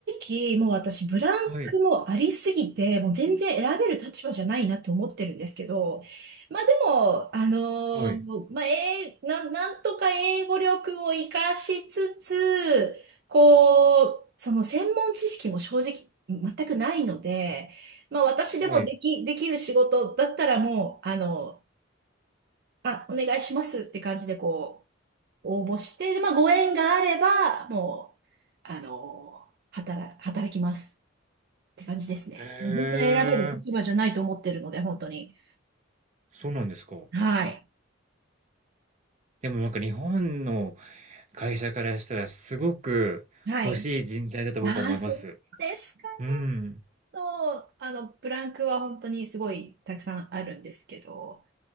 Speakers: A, on the right; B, on the right.
A: 直、もう私、ブランクもありすぎて、
B: はい、
A: もう全然選べる立場じゃないなと思ってるんですけど、まあでも、あの
B: はい、
A: ーまあ、えー、な、なんとか英語力を活かしつつ、こう、その専門知識も正直、全くないので、まあ私でもでき、
B: はい。
A: できる仕事だったらもう、あの、あ、お願いしますって感じでこう、応募して、で、まあ、ご縁があれば、もう、あの、働、働きますって感じですね。
B: へえ、
A: もう全然選べる立場じゃないと思ってるので、本当に。
B: そうなんですか。
A: はい。
B: でもなんか日本の会社からしたらすごく欲しい人材だと僕は思います。
A: はい。ああ、そうですか
B: うーん。
A: と、あの、ブランクは本当にすごいたくさんあるんですけど、